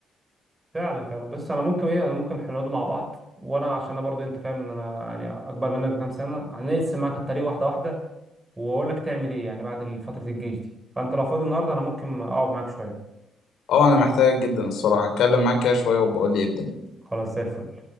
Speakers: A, on the right; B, on the left.
A: فعلا فعلا بس انا ممكن ايه انا ممكن احنا نقعد مع بعض وانا عشان انا برضه انت فاهم ان انا يعني اكبر منك بكام سنه هنقسم معاك الطريق واحده واحده واقول لك تعمل ايه يعني بعد فتره الجيش دي فانت لو فاضي النهارده انا ممكن اقعد معاك شويه
B: أه أنا محتاجك جدا الصراحة أتكلم معاك كده شوية وبقول لي إيه الدنيا
A: خلاص زي الفل